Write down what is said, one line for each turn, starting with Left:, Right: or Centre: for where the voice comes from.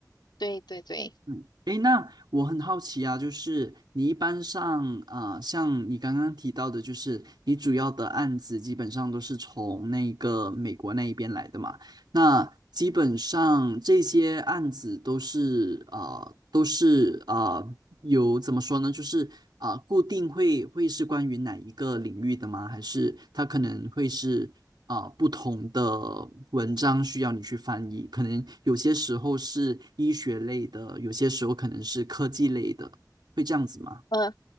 Left: 对对对，
Right: 嗯，诶，那我很好奇啊，就是你一般上啊、呃像你刚刚提到的，就是你主要的案子基本上都是从那个美国那一边来的嘛？那基本上这些案子都是啊、呃都是啊、呃有怎么说呢？就是啊、固定会会是关于哪一个领域的吗？还是它可能会是啊、不同的文章需要你去翻译？可能有些时候是医学类的，有些时候可能是科技类的，会这样子吗？
Left: 呃，